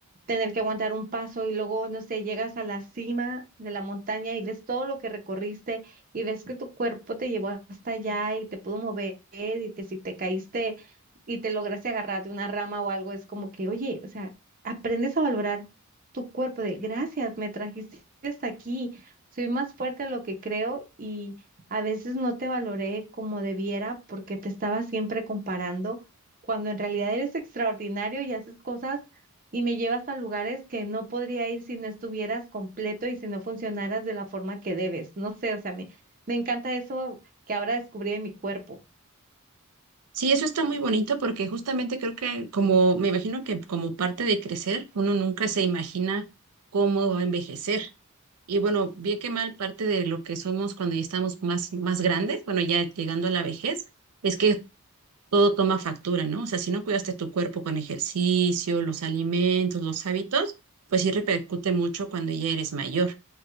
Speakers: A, on the right; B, on the right.
A: tener que aguantar un paso y luego, no sé, llegas a la cima de la montaña y ves todo lo que recorriste y ves que tu cuerpo te llevó hasta allá y te pudo mover y que si te caíste y te lograste agarrar de una rama o algo, es como que, oye, o sea, aprendes a valorar tu cuerpo de gracias, me trajiste hasta aquí, soy más fuerte de lo que creo y... A veces no te valoré como debiera porque te estaba siempre comparando, cuando en realidad eres extraordinario y haces cosas y me llevas a lugares que no podría ir si no estuvieras completo y si no funcionaras de la forma que debes. No sé, o sea, me, me encanta eso que ahora descubrí de mi cuerpo.
B: Sí, eso está muy bonito porque justamente creo que como, me imagino que como parte de crecer, uno nunca se imagina cómo va a envejecer. Y bueno, bien que mal, parte de lo que somos cuando ya estamos más, más grandes, bueno, ya llegando a la vejez, es que todo toma factura, ¿no? O sea, si no cuidaste tu cuerpo con ejercicio, los alimentos, los hábitos, pues sí repercute mucho cuando ya eres mayor.